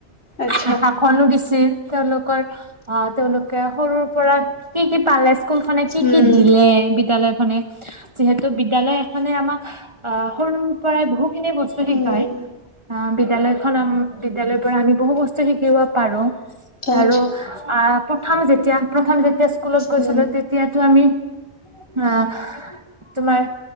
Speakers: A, on the left; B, on the right.
A: আচ্ছা
B: শাসনো দিছিল। তেঁওলোক অৰ, অ তেওঁলোক কেহৰুৰ পৰা কি কি পালে স্কুল খনে কি
A: উম
B: কি দিলে বিদ্যালয় খনে <inaudible> যিহেতু বিদ্যালয় এখনে আমাক অ <unintelligible> পৰাই বহুত বস্তু শিকায়
A: উম
B: বিদ্যালয়খনম বিদ্যালয়ৰ পৰা আমি বহু বস্তু শিকিব পাৰো
A: আচ্ছা
B: আৰু আ প্ৰথম যেতিয়া প্ৰথম যেতিয়া স্কু- স্কুলত গৈছিলো
A: উম
B: তেতিয়াতো আমি অ তোমাৰ